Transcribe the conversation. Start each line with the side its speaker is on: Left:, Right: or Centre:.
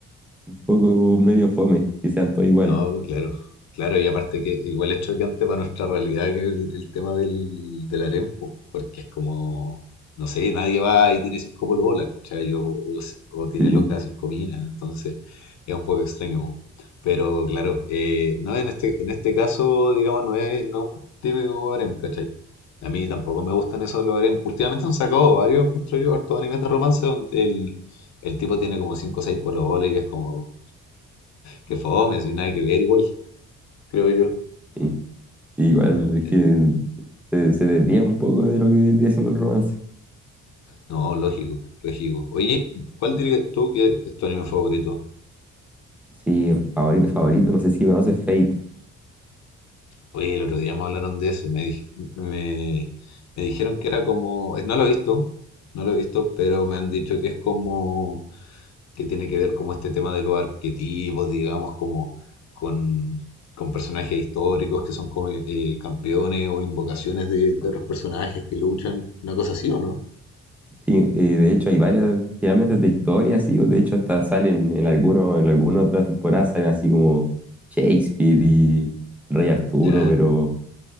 Centre: <laughs> un poco
Left: no
Centre: medio fome, que sean todos iguales.
Left: No, pues, claro, claro, y aparte que igual es choqueante para nuestra realidad que el, el tema del, del harem, po, porque es como, no sé, nadie va y tiene cinco pololas, ¿cachai? O, o s- o tiene
Centre: Sí,
Left: loca cinco minas, entonces es un poco extraño, po. Pero claro, eh, no, en este, en este caso, digamos, no es, no es un típico harem, ¿cachai? A mí tampoco me gustan esos los harem. Últimamente han sacado varios, encuentro yo, hartos animes de romance donde el, el tipo tiene como cinco o seis pololas y es como que fome, así nada que ver igual creo yo.
Centre: sí. Igual es
Left: Eh,
Centre: que se, se desvía un poco de lo que viene siendo el romance.
Left: No, lógico, lógico. Oye, ¿cuál dirías tú que es tu anime favorito?
Centre: Sí, favorito, favorito. No sé si conoces Fate.
Left: Oye, el otro día me hablaron de ese, me, dij- me, me dijeron que era como, eh, no lo he visto, no lo he visto, pero me han dicho que es como, que tiene que ver como este tema de los arquetipos, digamos, como con, con personajes históricos que son como eh, campeones o invocaciones de, de otros personajes que luchan, una cosa así, ¿o no?
Centre: Sí, eh, de hecho hay varias, finalmente de historias, sí, o de hecho hasta salen en alguno, en alguna otra temporada salen así como Shakespeare y Rey Arturo,
Left: Ya,
Centre: pero